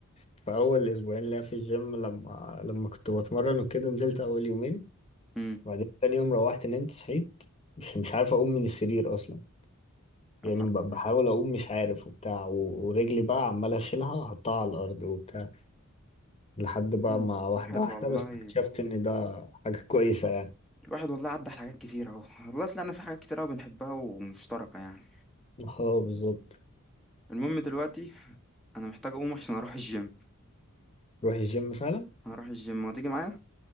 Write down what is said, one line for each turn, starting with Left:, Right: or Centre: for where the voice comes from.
Left: في اول اسبوعين ليا في الجيم لما لما كنت بتمرن وكده نزلت اول يومين
Centre: امم
Left: وبعدين تاني يوم روحت نمت صحيت مش مش عارف اقوم من السرير اصلا يعني
Centre: يا نهار
Left: ب- بحاول
Centre: أبيض
Left: اقوم مش عارف وبتاع و- ورجلي بقى عمال اشيلها واحطها على الارض وبتاع لحد بقى
Centre: مم.
Left: ما واحده
Centre: واحد
Left: واحده
Centre: والله
Left: بس اكتشفت ان ده حاجه كويسه يعني
Centre: الواحد والله عدى على حاجات كتير اهو والله طلعنا في حاجات كتير قوي بنحبها ومشتركة يعني
Left: اه بالظبط
Centre: المهم دلوقتي انا محتاج اقوم عشان اروح الجيم
Left: روح الجيم فعلا
Centre: هروح الجيم وتيجي معايا